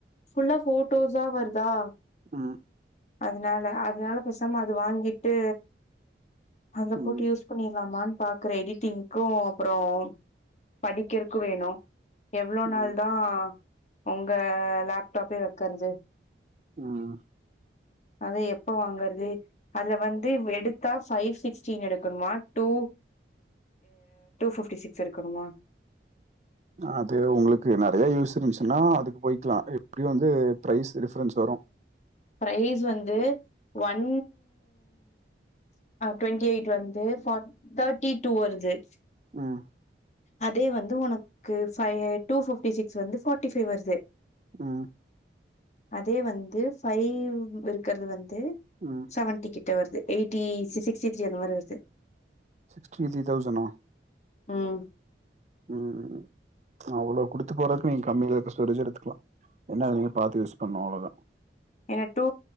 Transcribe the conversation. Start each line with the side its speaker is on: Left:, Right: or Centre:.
Left: ஃபுல்லா ஃபோட்டோஸா வருதா
Right: உம்
Left: அதனால அதனால த்தமா அத வாங்கிட்டு அது
Right: ம்.
Left: போட்டு யூஸ் பண்ணிடலாமான்னு பாக் கிரெடிட்டிங்க்கும் அப்புறம் படிக்கிறதுக்கு வேணும் எவ்ளவு நாள்
Right: ம்.
Left: தான் உங்க லேப்டாப்பே வைக்கிறது
Right: ம்
Left: அத எப்ப வாங்கறது அதுல வந்து எடுத்தா ஃபைவ் சிக்ஸ்டி எடுக்கணுமா டூ பிஃப்டி சிக்ஸ் எடுக்கணுமா
Right: அது உங்களுக்கு நெறைய யூஸ் இருந்துச்சுன்னா அதுக்கு போயிக்கலாம் எப்படியும் வந்து ப்ரைஸ் டிஃப்ரன்ஸ் வரும்
Left: ப்ரைஸ் வந்து ஒன் டுவெண்டி எயிட் வந்து தேர்ட்டி டூ வருது
Right: ம்
Left: அதே வந்து உனக்கு டுபிஃப்டி சிக்ஸ் வந்து ஃபோட்டி ஃபைவ் வருது
Right: ம்
Left: அதே வந்து ஃபைவ் கிட்ட இருக்கிறது வந்து
Right: ம்
Left: செவன்டி கிட்ட வருது எயிட்டி சிக்ஸ்சிக்ஸ்டி வருது
Right: சிக்ஸ்டி த்ரீ தௌசண்ணா
Left: உம்
Right: உம் உம் அவ்வளவு குடுத்து போறக்கு நீ கம்மியா ரேட்ல எடுத்துக் லாம் என்ன அத நீங்க பாாத்து யூஸ் பண்ணணும் அவ்வளவுதான்
Left: என்ன டூ